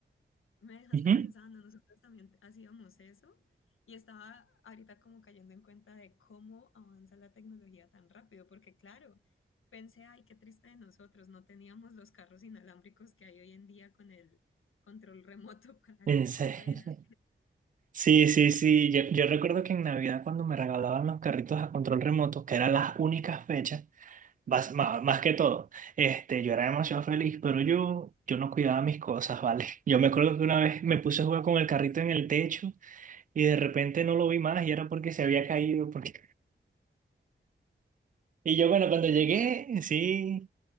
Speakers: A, on the left; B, on the right.
A: Me dejaste
B: ujú,
A: pensando, nosotros también hacíamos eso y estaba ahorita como cayendo en cuenta de cómo avanza la tecnología tan rápido, porque claro, pensé, ay, qué triste de nosotros, no teníamos los carros inalámbricos que hay hoy en día con el control remoto <laughs> para
B: en
A: hacer
B: serio.
A: carreras,
B: Sí, sí, sí. Yo, yo recuerdo que en Navidad cuando me regalaban los carritos a control remoto, que eran las únicas fechas, más, más, más que todo, este, yo era demasiado feliz, pero yo, yo no cuidaba mis cosas, ¿vale? <laughs> Yo me acuerdo que una vez me puse a jugar con el carrito en el techo y de repente no lo vi más y era porque se había caído, porque... Y yo, bueno, cuando
A: murió.
B: llegué, sí.